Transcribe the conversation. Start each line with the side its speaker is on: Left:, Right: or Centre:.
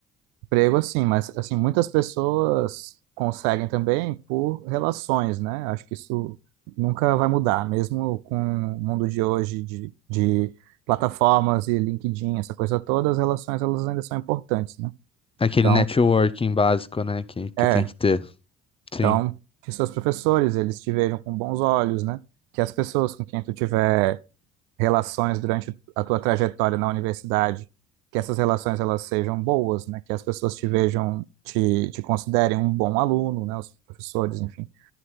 Right: Emprego, assim, mas assim, muitas pessoas conseguem também por relações, né? Acho que isso nunca vai mudar, mesmo com o mundo de hoje de, de plataformas e LinkedIn, essa coisa toda, as relações elas ainda são importantes, né?
Left: Aquele
Right: Então,
Left: networking básico, né, que, que
Right: é,
Left: tem que ter. Sim,
Right: então que seus professores eles te vejam com bons olhos, né? Que as pessoas com quem tu tiver relações durante a tua trajetória na universidade, que essas relações elas sejam boas, né? Que as pessoas te vejam, te, te considerem um bom aluno, né? Os professores, enfim.